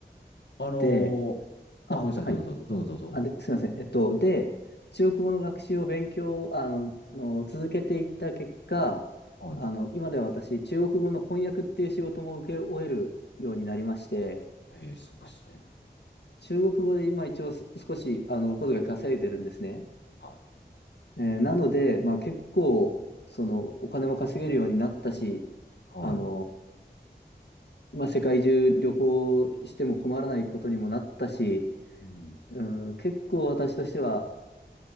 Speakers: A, on the left; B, on the left.
A: あのーあ、
B: で、あ、
A: ごめんなさい、
B: はい。
A: どうぞどうぞ、どうぞどうぞ。
B: あ、で、すいません。えっと、で、中国語の学習を勉強、あの、の続けていった結果、
A: はい。
B: あの、今では私、中国語の翻訳っていう仕事も請け負えるようになりまして、
A: ええ、すごいですね。
B: 中国語で今一応す少し、あの、お小遣い稼いでるんですね。
A: はい。
B: えーなので、まあ結構、その、お金も稼げるようになったし、
A: は
B: あのーまあ世界中旅行しても困らないことにもなったし、
A: い。うん。
B: うん、結構私としては、